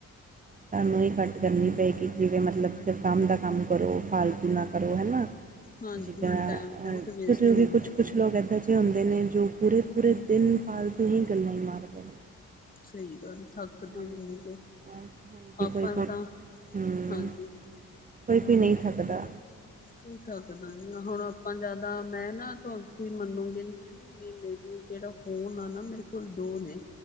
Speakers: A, on the right; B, on the left.
A: ਸਾਨੂੰ ਹੀ ਘੱਟ ਕਰਨੀ ਪਏਗੀ, ਜਿਵੇਂ ਮਤਲਬ ਸਿਰਫ ਕੰਮ ਦਾ ਕੰਮ ਕਰੋ ਫਾਲ ਨਾ ਕਰੋ ਹੈਨਾ,
B: ਹਾਂਜੀ
A: ਜਿੱਦਾਂ
B: ਟਾਈਮ ਬਹੁਤ ਵੇਸਟ
A: ਕੁਝ ਵੀ
B: ਹੁੰਦਾ
A: ਕੁਛ ਕੁਛ <unintelligible> ਲੋਕ ਇੱਦਾਂ ਜ ਹੁੰਦੇ ਨੇ ਜੋ ਪੂਰੇ-ਪੂਰੇ ਦਿਨ ਫਾਲਤੂ ਹੀ ਗੱਲਾਂ ਹੀ ਮਾਰਦੇ ਨੇ।
B: ਸਹੀ ਗੱਲ, ਥੱਕਦੇ
A: ਹਾਂਜੀ
B: ਵੀ ਨਹੀਂ
A: ਅਹ
B: ਗ,
A: ਹਾਂਜੀ
B: ਆਪਾਂ
A: ਕੋਈ ਕੋਈ
B: ਤਾਂ
A: ਹੂੰ
B: ਹਾਂਜੀ।
A: ਕੋਈ ਕੋਈ ਨਹੀਂ ਥੱਕਦਾ।
B: ਕੋਈ ਥੱਕਦਾ ਨੀ ਆ, ਹੁਣ ਆਪਾਂ ਜਿਆਦਾ ਮੈਂ ਨਾ ਤੁਸੀਂ ਮੰਨੋਗੇ ਨੀ। ਮ ਮੇਰੀ ਜਿਹੜਾ ਫੋਨ ਆ ਨਾ ਮੇਰੇ ਕੋਲ ਦੋ ਨੇ,